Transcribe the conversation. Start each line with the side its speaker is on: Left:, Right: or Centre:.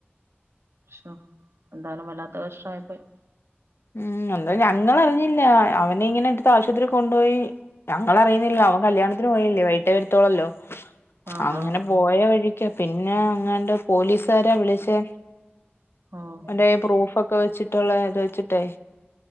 Right: ശ്ശോ എന്തായാലും വല്ലാത്ത കഷ്ടയിപ്പോയി
Left: ഉം എന്താ ഞങ്ങളറിഞ്ഞില്ല അവനിങ്ങനെ എടുത്ത് ആശുപത്രിൽ കൊണ്ടുപോയി ഞങ്ങൾ അറിയുന്നില്ല അവൻ കല്യാണത്തിന് പോയല്ലേ വൈട്ടെ വരത്തുള്ളുല്ലോ
Right: ആഹ്
Left: അങ്ങനെ
Right: ആഹ്
Left: പോയ വഴി ക്ക് പിന്നെ അങ്ങണ്ട് പോലീസാരാ വിളിച്
Right: ഓഹ്
Left: അവന്റെ പ്രൂഫ്‌ക് ക്കെ വെച്ചിട്ടുള്ള ഇത് വെച്ചിട്ടേ